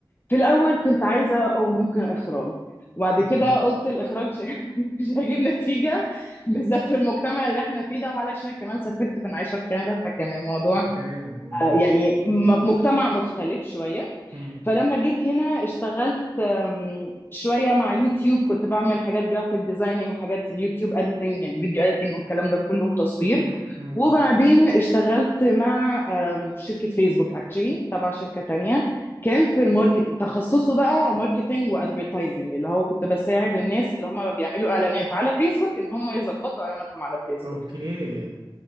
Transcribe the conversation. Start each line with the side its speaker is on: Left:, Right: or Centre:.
Left: في الاول كنت عايزه او ممكن اخراج وبعد
Right: مم.
Left: كده قلت الاخراج ش- <laughs> مش هيجيب نتيجه بالذات في المجتمع اللي احنا فيه ده وعلشان كمان سافرت كنت عايشه في كندا فكان الموضوع
Right: اوكي مم.
Left: آه، يعني م- مجتمع مختلف شويه
Right: مم.
Left: فلما جيت هنا اشتغلت آم، شوية مع يوتيوب كنت بعمل حاجات جرافيك ديزايننج حاجات يوتيوب اديتنج يعني فيديو اديتنج والكلام ده كله وتصوير
Right: مم. مم.
Left: وبعدين اشتغلت مع آم، شركة فيسبوك اكشلي تبع شركة تانية كان في الماركت تخصصه بقى ماركتنج وادفرتايزنج اللي هو كنت بساعد الناس اللي هم بيعملوا اعلانات على فيسبوك ان هم يظبطوا اعلاناتهم على فيسبوك
Right: اوكي